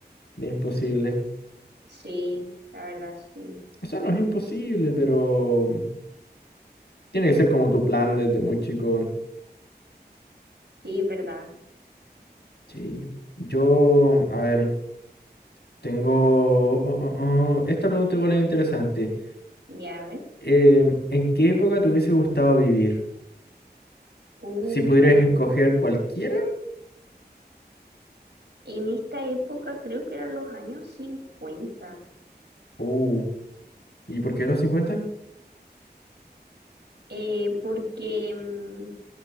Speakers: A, on the left (about 80°); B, on the right (about 85°).
A: de imposible.
B: Sí, la verdad, sí.
A: O sea, no es imposible, pero tiene que ser como tu plan desde muy chico.
B: Sí, es verdad.
A: Sí, yo, a ver, tengo, oh, oh, oh, esta pregunta igual es interesante.
B: Ya, a ver.
A: Em, ¿en qué época te hubiese gustado vivir?
B: Uh,
A: Si pudieras
B: como
A: escoger cualquiera.
B: en esta época creo que eran los años cincuenta
A: Uh. ¿Y por qué los cincuenta?
B: eh, porque mm,